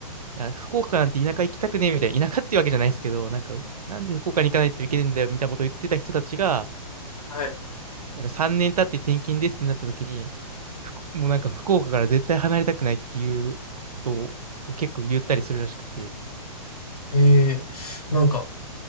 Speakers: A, on the right (about 80°); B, on the left (about 80°).
A: いや、福岡なんて田舎行きたくねえみたいな、田舎っていうわけじゃないですけど、なんか、なんで福岡に行かないといけないんだよみたいなことを言ってた人たちが、
B: はい。
A: なんか3年経って転勤ですってなった時に、ふくもうなんか福岡から絶対離れたくないっていうことを結構言ったりするらしくて、
B: ええ、なんか、